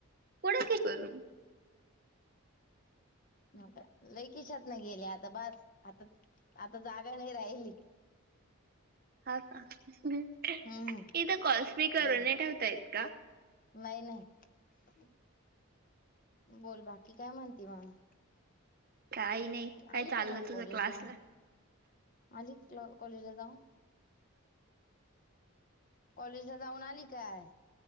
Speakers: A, on the right; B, on the left.
A: कोणा की करून
B: म का लै कीशात नाही गेले आता बस आता आता जाग्या नाही राहिली.
A: हा का उथ
B: हम्म
A: कॉल्स स्पीकरवर
B: लई
A: नाही ठेवता येत का?
B: नाही नाही बोल बाकी काय म्हणते मग?
A: काही नाही काय
B: आली
A: चाललं
B: का जाऊन कॉलेजला
A: तुझा क्लास ला?
B: आली क्ल कॉलेजला जाऊन? कॉलेज ला जाऊन आली काय?